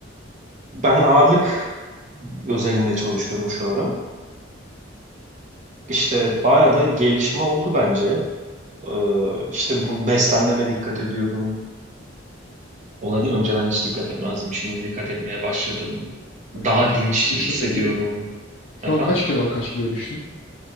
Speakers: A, on the right; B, on the left.
A: ben ağırlık özelinde çalışıyorum şu ara. İşte bayağı da gelişme oldu bence. Ee, işte bu beslenmeme dikkat ediyorum. Ona di- önceden hiç dikkat etmezdim. Şimdi dikkat etmeye başladım.
B: Abi
A: Daha
B: kaçta
A: dinç
B: düştün
A: hissediyorum.
B: peki? Şu
A: Efendim?
B: an kaç kilodan kaç kiloya düştün?